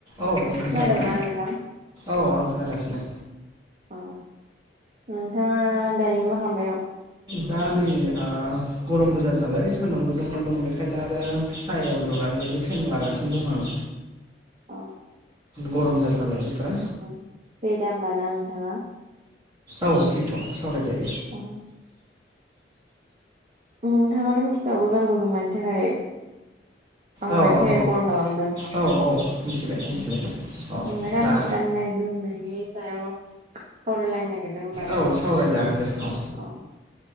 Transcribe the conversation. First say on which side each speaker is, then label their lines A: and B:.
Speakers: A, on the right; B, on the right.
A: औ नोंथां
B: खोनादोंना
A: खोनादोना
B: नोंथां
A: औ आं खोनागासिनो?
B: अ नोंथाङा दायो मा खालामबाय दं।
A: दा नै आ गरमबो जादो नालाय सान्दुंबो दंना दं बेखायनो आरो सायायाव जनानै बे फेन लागासिनो दं आङो।
B: <unintelligible> अ
A: गरम जादों नालाय बोथोरा
B: फ्रि दामब ना नोंथाङा?
A: औ फ्रिथ' सावरायजायो।
B: औ। नोंथाङाथ' मिथिखागौ जानांगौ जों मानि थाखाय आं
A: औ
B: मानि थाखाय
A: औ
B: कल खालामदों?
A: औ औ मिथिबाय
B: अ
A: मिथिबाय औ
B: बे गान
A: दा
B: गाननायनि सायाव? सावरायलायनो नागिरदों होमबाना
A: औ सावरायजागोन दे औ
B: अ